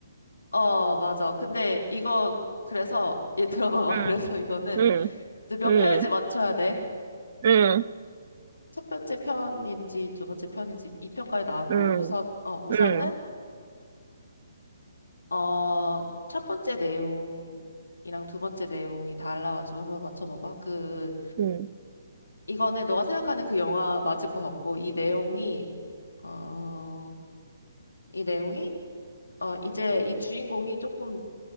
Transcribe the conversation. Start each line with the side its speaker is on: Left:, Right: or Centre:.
Left: 어, 맞아. 근데 이거 그래서 얘 들어봐봐. <laughs>
Right: 응,
Left: 그래서 이거는
Right: 음,
Left: 이제 몇
Right: 음,
Left: 편인지 맞춰야 돼.
Right: 음,
Left: 첫 번째 편인지 두 번째 편인지 이 편까지 나왔고
Right: 음,
Left: 우선 어, 우선은
Right: 음,
Left: 어, 첫 번째 내용이랑 두 번째 내용이 달라가지고 한번 맞춰봐봐. 그,
Right: 음.
Left: 이거는 너가 생각하는 그 영화 맞을 것 같고, 이 내용이, 어, 이 내용이, 어, 이제 이 주인공이 조금